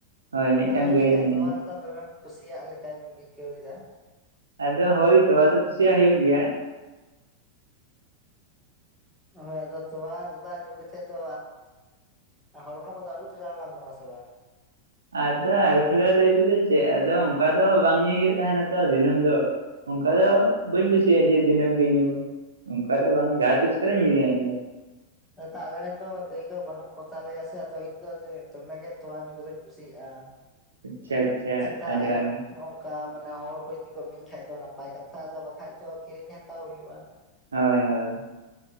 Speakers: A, on the right; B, in the centre.
A: ᱦᱳᱭ ᱢᱤᱫᱴᱟᱝ
B: ᱟᱨ ᱡᱟᱹᱱᱤᱡ
A: ᱜᱟᱹᱭ
B: ᱠᱷᱟᱡ
A: ᱢᱮᱱᱟᱭᱟ
B: ᱛᱚᱣᱟ ᱫᱟ ᱫᱚᱢᱮᱢ ᱠᱩᱥᱤᱭᱟᱜ ᱞᱮᱠᱟᱧ ᱟᱹᱭᱠᱟᱹᱣ ᱮᱫᱟ
A: ᱟᱫᱚ ᱦᱳᱭᱛᱚ ᱟᱫᱚ ᱠᱩᱥᱤᱭᱟᱜ ᱦᱩᱭᱩᱜ ᱜᱮᱭᱟ ᱾
B: ᱦᱳᱭ ᱟᱫᱚ ᱛᱚᱣᱟ ᱫᱟᱫᱟ ᱧᱩ ᱠᱟᱛᱮᱫ ᱫᱚ ᱢᱟ ᱦᱚᱲᱢᱚ ᱠᱚᱫᱚ ᱟᱹᱨᱩ ᱯᱷᱮᱨᱟᱣ ᱟᱠᱟᱱ ᱛᱟᱢᱟ ᱥᱮ ᱵᱟᱝ?
A: ᱟᱫᱚ ᱟᱨᱩ ᱯᱷᱮᱨᱟ ᱞᱟᱹᱭ ᱛᱮᱫᱚ ᱪᱮᱫ ᱟᱫᱚ ᱚᱱᱠᱟ ᱫᱚ ᱵᱟᱝ ᱧᱩᱭ ᱦᱩᱭᱩᱜ ᱛᱟᱦᱮᱸᱱᱟ ᱛᱚ ᱫᱤᱱᱟᱹᱢ ᱫᱚ᱾ ᱚᱱᱠᱟ ᱫᱚ ᱵᱟᱹᱧ ᱠᱩᱥᱤᱭᱟᱜᱼᱟ ᱡᱮ ᱫᱤᱱᱟᱹᱢ ᱜᱮ ᱧᱩ ᱾ ᱚᱱᱠᱟ ᱫᱚ ᱵᱟᱝ ᱡᱟᱦᱟᱸ ᱛᱤᱥ ᱠᱚᱨᱮᱧ ᱧᱩᱭᱟ ᱤᱧ ᱫᱚ ᱾
B: ᱫᱟᱫᱟ ᱟᱞᱮᱨᱮ ᱨᱮᱱ ᱫᱚ ᱜᱟᱹᱭ ᱠᱚ ᱵᱟᱹᱱᱩᱜ ᱠᱚᱛᱟᱞᱮᱭᱟ ᱥᱮ ᱟᱫᱚ ᱤᱧᱫᱚ ᱫᱚᱢᱮᱜᱮ ᱛᱳᱣᱟ ᱧᱩ ᱠᱚᱫᱚᱧ ᱠᱩᱥᱤᱭᱟ-ᱟ
A: ᱟᱪᱪᱷᱟ
B: ᱠᱩᱥᱤᱭᱟᱜᱼᱟ
A: ᱟᱪᱪᱷᱟ
B: ᱾ ᱥᱮᱛᱟᱜ
A: ᱟᱹᱰᱤ
B: ᱟᱹᱭᱩᱵ
A: ᱵᱷᱟᱜᱤ
B: ᱦᱚᱸ ᱝᱠᱟ ᱾ ᱢᱟᱱᱮ ᱦᱚᱲ ᱠᱚ ᱡᱩᱫᱤ ᱠᱚ ᱤᱢᱟᱹᱧ ᱠᱷᱟᱡ ᱫᱚ ᱱᱟᱯᱟᱭ ᱠᱟᱛᱷᱟ ᱟᱫᱚ ᱵᱟᱠᱷᱟᱟᱱ ᱫᱚ ᱠᱤᱨᱤᱧ ᱦᱟᱛᱟᱣ ᱦᱩᱭᱩᱜᱼᱟ ᱾
A: ᱦᱳᱭ ᱦᱳᱭ ᱾